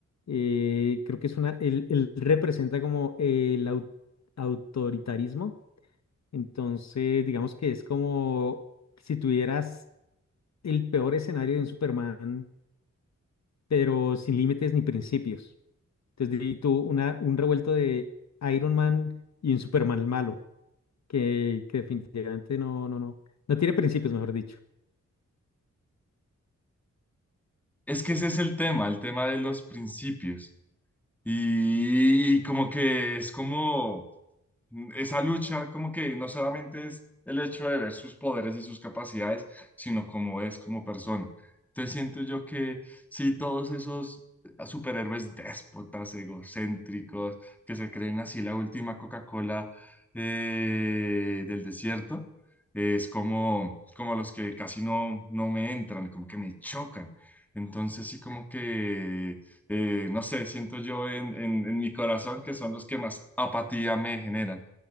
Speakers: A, on the left; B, in the centre.
A: eh, creo que es una, él, él representa como el au- autoritarismo. Entonces, digamos que es como si tuvieras el peor escenario de un Superman pero sin límites ni principios. Entonces, de ahí tú una, un revuelto de Iron Man y un Superman malo, que, que definitivamente no, no, no, no tiene principios, mejor dicho.
B: Es que ese es el tema, el tema de los principios. Y, y como que es como... Esa lucha como que no solamente es el hecho de ver sus poderes y sus capacidades, sino cómo es como persona. Entonces siento yo que sí, todos esos ah, superhéroes déspotas, egocéntricos, que se creen así la última Coca-Cola eh, del desierto, es como, como los que casi no, no me entran, como que me chocan. Entonces sí como que eh, no sé, siento yo en, en- en mi corazón que son los que más apatía me generan.